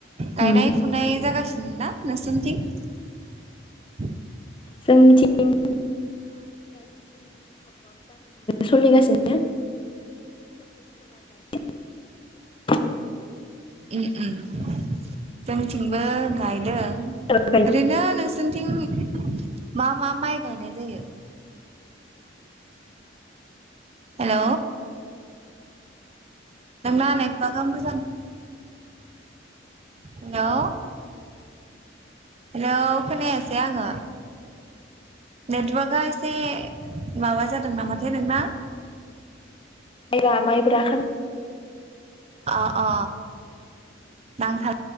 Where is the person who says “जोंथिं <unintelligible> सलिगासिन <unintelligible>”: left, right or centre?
Left